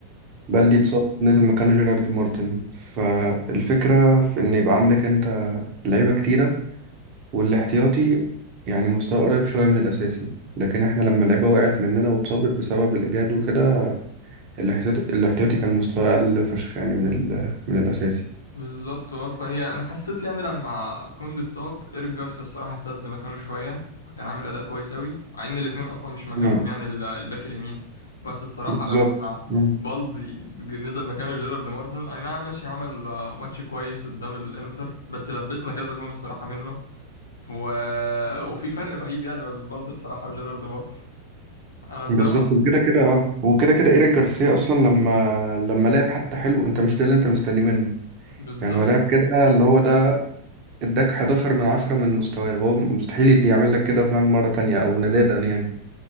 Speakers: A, on the right; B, on the left.
A: بلدي اتصاب نزل مكانه جيرارد مارتن فالفكرة في إن يبقى عندك أنت لعيبة كتيرة والاحتياطي يعني مستوى قريب شوية من الأساسي لكن احنا لما اللعيبة وقعت مننا واتصابت بسبب الإجهاد وكده الاحتياطي الاحتياطي كان مستوى أقل فشخ يعني من ال... من الأساسي
B: بالظبط اصلا هي انا حسيت يعني لما كوندي اتصاب ايريك جارسيا الصراحه سد مكانه شويه كان عامل اداء كويس قوي مع ان الاثنين اصلا مش مكانهم
A: مم.
B: يعني ال- الباك اليمين بس الصراحه
A: بالظبط
B: لما
A: مم.
B: بالدي ج- نزل مكانه جيرارد مارتن اي نعم ماشي عمل آه، ماتش كويس قدام الانتر بس لبسنا كذا جون الصراحه منه و... وفي فرق رهيب يعني ما بين بالدي الصراحه وجيرارد مارتن انا الصراحه
A: بالظبط وكده كده اه وكده كده ايريك جارسيا اصلا لما لما لعب حتى حلو انت مش ده اللي انت مستنيه منه
B: بالظبط
A: يعني هو لعب كده اللي هو ده اداك 11 من 10 من مستواه وهو مستحيل يدي يعمل لك كده فاهم مرة تانية او نادرا يعني